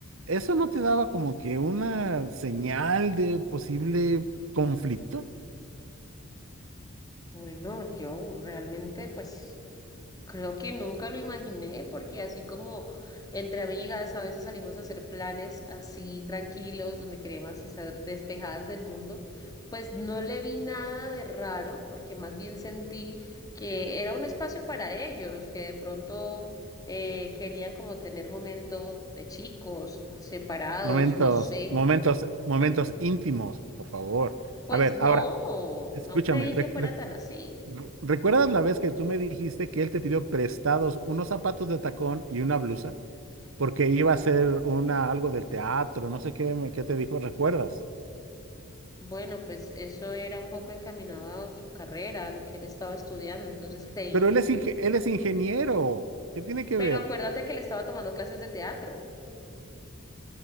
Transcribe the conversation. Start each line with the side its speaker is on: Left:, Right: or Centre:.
Right: ¿Eso no te daba como que una señal de posible conflicto?
Left: Bueno, yo realmente pues... Creo que nunca lo imaginé porque así como entre amigas a veces salimos a hacer planes así tranquilos, donde queremos estar despejadas del mundo, pues no le vi nada de raro porque más bien sentí que era un espacio para ellos, que de pronto eh, querían como tener momentos de chicos separados,
Right: Momentos,
Left: no sé.
Right: momentos, momentos íntimos, por favor.
Left: Pues
Right: A ver,
Left: no,
Right: ahora, escúchame.
Left: no creí
Right: re-
Left: que fuera
Right: re-
Left: tan así.
Right: re- ¿recuerdas la vez que tú me dijiste que él te pidió prestados unos zapatos de tacón y una blusa? Porque iba a hacer una, algo del teatro, no sé qué, me- qué te dijo, ¿recuerdas?
Left: Bueno, pues eso era un poco encaminado a su carrera, a lo que él estaba estudiando, entonces creí.
Right: Pero él es, inge- él es ingeniero. ¿Qué tiene que
Left: Pero
Right: ver?
Left: acuérdate que él estaba tomando clases de teatro.